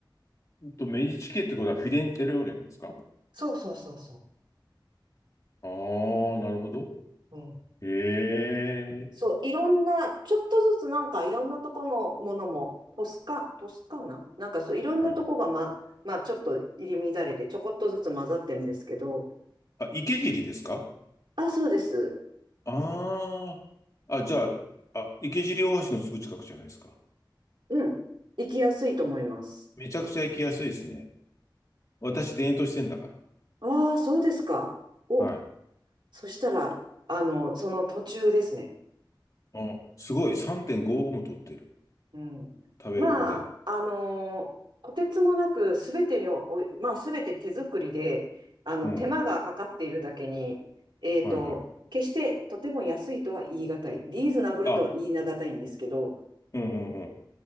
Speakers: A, on the left (about 40°); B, on the right (about 65°).
A: えっと、メディチ家ってことはフィレンツェ料理なんですか
B: そうそうそうそ
A: ああー、なるほど。
B: う。うん。
A: へえ。
B: そう、いろんな、ちょっとずつなんかいろんなとこのものも、トスカ、トスカーナなんかそう、いろんなとこがま、
A: はい。
B: まあちょっと入り乱れてちょこっとずつ混ざってるんですけど、
A: あ、池尻ですか
B: あ、そうです。
A: ああー。あ、じゃあ、あ、池尻大橋のすぐ近くじゃないですか。
B: うん。行きやすいと思います。
A: めちゃくちゃ行きやすいですね。私、田園都市線だから。
B: ああ、そうですか。お、
A: はい。
B: そしたら、あの、その途中ですね。
A: あ、すごい。3.55も取ってる。
B: うん。
A: 食べログで。
B: まあ、あのーとてつもなくすべてにお、おまあ、すべて手作りで、あの、
A: うん。
B: 手間がかかっているだけに、えっと、
A: はいはい。
B: 決してとても安いとは言い難い、リーズナブルとは言い難いんですけど、
A: あ、うんうんうん。